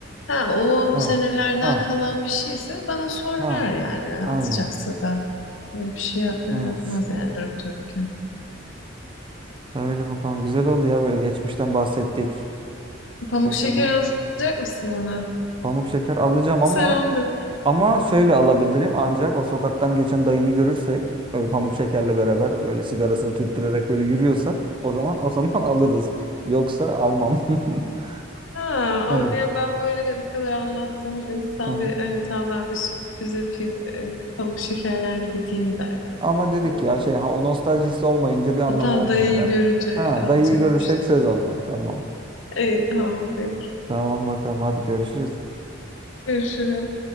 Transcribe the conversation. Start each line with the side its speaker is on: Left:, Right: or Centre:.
Left: Ha, o
Right: Ha,
Left: senelerden
Right: ha,
Left: kalan bir şeyse bana sorar
Right: ha.
Left: yani atacaksa
Right: Aynen.
Left: da. Böyle bir şey yap- yapmaz
Right: Evet.
Left: yani durup dururken.
Right: Öyle bakalım. Güzel oldu ya böyle geçmişten bahsettik.
Left: Pamuk
Right: Öyle
Left: şeker
Right: bir
Left: alacak mısın bana?
Right: pamuk şeker alacağım
Left: <laughs>
Right: ama
Left: Sen onu da.
Right: ama şöyle alabilirim ancak o sokaktan geçen dayıyı görürsek böyle pamuk şekerle beraber böyle sigarasını tüttürerek böyle yürüyorsa o zaman o zaman <laughs> alırız. Yoksa almam. <laughs>
Left: Ha,
Right: Evet.
Left: abi ya ben böyle bu kadar anlattım. İnsan
Right: Hı hı.
Left: bir hani tamam ben bir sürpriz yapayım. e, pamuk şekerlerle gideyim der ya.
Right: Ama dedik
Left: E,
Right: ya şey ha o nostaljisi olmayınca bir anlamı
Left: Zaten
Right: olmadı.
Left: dayıyı görünce
Right: Ha
Left: alacakmış.
Right: dayıyı görürsek söz ama. Tamam.
Left: İyi tamam peki.
Right: Tamam bakalım hadi görüşürüz.
Left: Görüşürüz.